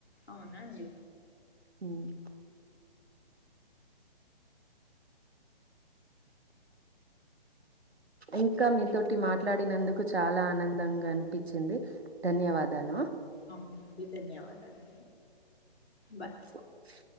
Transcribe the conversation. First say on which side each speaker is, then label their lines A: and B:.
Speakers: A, on the left; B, on the right.
A: అవునా అండి
B: ఉమ్ ఇంకా మీతోటి మాట్లాడినందుకు చాలా ఆనందంగా ఆనిపించింది ధన్యవాదాలు
A: అవునా అండి ధన్యవాదాలు బాయ్
B: స్నో స్